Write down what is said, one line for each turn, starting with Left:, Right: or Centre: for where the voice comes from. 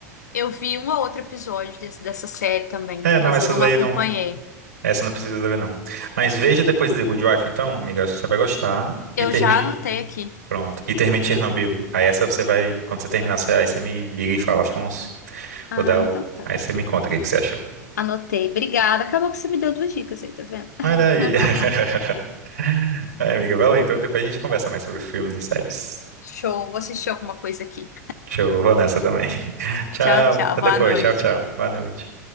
Left: Eu vi um ou outro episódio desse- dessa série também,
Right: É,
Left: mas
Right: não, essas
Left: eu não
Right: daí
Left: acompanhei.
Right: não. Essa não precisa saber, não. Mas veja depois de The Good Wife, então, amiga, você vai gostar.
Left: Eu
Right: E termine.
Left: já anotei aqui.
Right: Pronto. E termine Chernobyl. Aí essa você vai. Quando você terminar, você- aí você me liga e fala, Afonso,
Left: Ah,
Right: vou dar o.
Left: então tá.
Right: Aí você me conta o que que você achou.
Left: Anotei. Obrigada. Acabou que você me deu duas dicas aí, tá vendo? <laughs>
Right: Olha aí. <laughs> Aí, amiga, valeu. Então depois a gente conversa mais sobre filmes e séries.
Left: Show, vou assistir alguma coisa aqui.
Right: Show, vou nessa também. <laughs> Tchau.
Left: Tchau, tchau,
Right: Até
Left: boa
Right: depois.
Left: noite.
Right: Tchau, tchau. Boa noite.